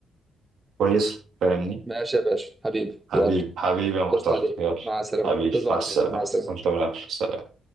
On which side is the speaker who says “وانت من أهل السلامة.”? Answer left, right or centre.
Right